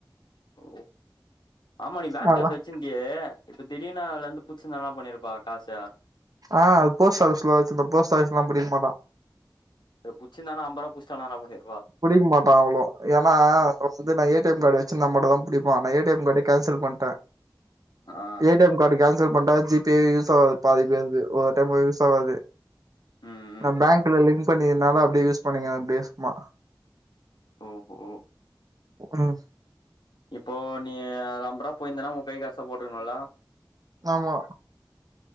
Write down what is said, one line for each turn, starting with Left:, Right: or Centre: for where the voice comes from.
Left: ஓ ஆமா நீ வேன்
Right: அதான்.
Left: காசு வெச்சிருந்தியே இப்ப திடீர்னா அதுல இருந்து புச்சிருந்தல்லா பண்ணிருப்பா காச
Right: ஆ அது போஸ்ட் ஆபிஸ்ல வெச்சிருந்த போஸ்ட் ஆபிஸ்ல்லா புடிக்கமாட்டா
Left: புச்சுந்தான்னா அம்பதுரூவா புச்சுட்டானாலா முடியாது
Right: புடிக்கமாட்டா அவ்ளோ ஏன்னா வந்து நா ஏ டி எம் கார்டு வெச்சுருந்தா மட்டுதா புடிப்பா அவனே ஏ டி எம் கார்டே கேன்ஸ் த்தில் பண்ட்டே
Left: ஆ
Right: A T M card cancel பண்ட்டா ஜி பே யூஸ் ஆவாது பாதி பேருக்கு ஒவ்வொரு டைமு யூஸ் ஆவாது.
Left: ம் ம்
Right: நா பேங்க்ல லிங் க் பண்ணிருக்னால அப்டியே யூஸ் பண்ணிக்கற அப்டியே சும்மா
Left: ஓஹோ
Right: க்கும்
Left: இப்போ நீ நம்பரா போயிருந்தனா உ கை காச போட்ருக்கணுல்ல
Right: ஆமா,